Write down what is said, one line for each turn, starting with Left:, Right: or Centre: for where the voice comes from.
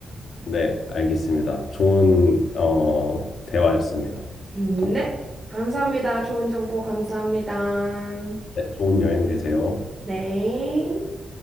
Left: 네, 알겠습니다. 좋은 어, 대화였습니다.
Right: 음,
Left: 감사합니다.
Right: 네, 감사합니다. 좋은 정보 감사합니다.
Left: 네, 좋은 여행 되세요.
Right: 네.